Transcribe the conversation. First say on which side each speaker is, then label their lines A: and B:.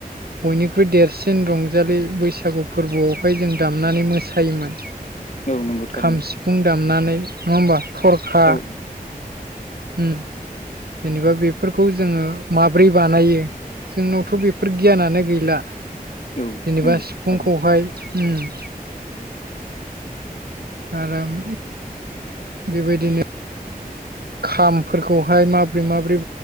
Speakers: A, on the right (about 85°); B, on the left (about 50°).
A: बयनिख्रुइ देरसिन रंजालि बैसागु फोरबोआवहाय जों दामनानै मोसायोमोन
B: औ नंगौ थारैनो
A: खाम सिफुं दामनानै नङा होमबा थरखा
B: औ
A: उम जेनेबा बेफोरखौ जोङो माब्रै बानायो जोंनावथ' बेफोर गियानानो गैला
B: औ
A: जेनेबा
B: नंगौ
A: सिफुंखौहाय
B: थारैनो
A: उम- खाराम <unintelligible> बेबायदिनो खामफोरखौहाय माबोरै माबोरै